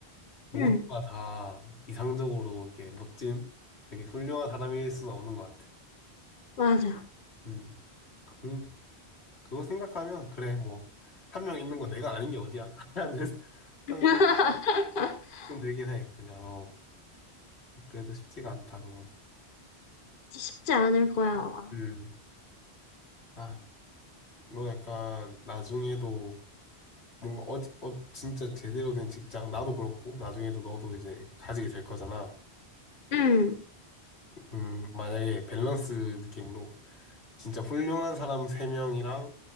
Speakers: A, on the left; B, on the left.
A: 모두가
B: 응,
A: 다 이상적으로 이렇게 멋진, 되게 훌륭한 사람일 수는 없는 것 같아.
B: 맞아.
A: 음. 그, 그거 생각하면, 그래, 뭐, 한 명 있는 거 내가 아닌 게 어디야? <laughs> 하는, 하는
B: <laughs>
A: 생각 좀 들긴 해. 그냥, 어, 그래도 쉽지가 않다, 그건.
B: 쉽지 않을 거야, 아마.
A: 음. 아, 너 약간 나중에도 뭔가 어디, 어, 진짜 제대로 된 직장, 나도 그렇고, 나중에도 너도 이제 가지게 될 거잖아.
B: 응,
A: 음, 만약에 밸런스 느낌으로 진짜 훌륭한 사람 세명이랑